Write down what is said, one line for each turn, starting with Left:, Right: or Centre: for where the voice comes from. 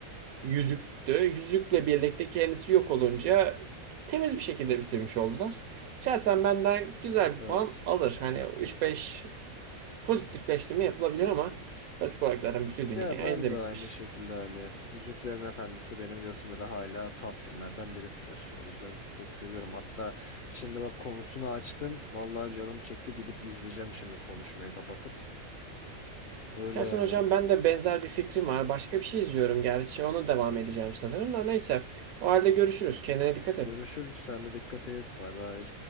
Right: yüzüktü. Yüzükle birlikte kendisi yok olunca temiz bir şekilde bitirmiş oldular. Şahsen benden güzel bir
Left: Evet.
Right: puan alır. Hani üç beş pozitifleştirme yapılabilir ama pratik olarak zaten bütün dünya
Left: Ya ben
Right: izlemiş.
Left: de aynı şekilde hani Yüzüklerin Efendisi benim gözümde de hala top filmlerden birisidir. O yüzden çok seviyorum. Hatta şimdi bak konusunu açtın. Vallahi canım çekti gidip izleyeceğim şimdi konuşmayı kapatıp. Öyle
Right: Şahsen
Left: yani.
Right: hocam ben de benzer bir fikrim var. Başka bir şey izliyorum gerçi. Ona devam edeceğim sanırım da neyse. O halde görüşürüz. Kendine dikkat
Left: Görüşürüz.
Right: et.
Left: Sen de dikkat et. Bay bay.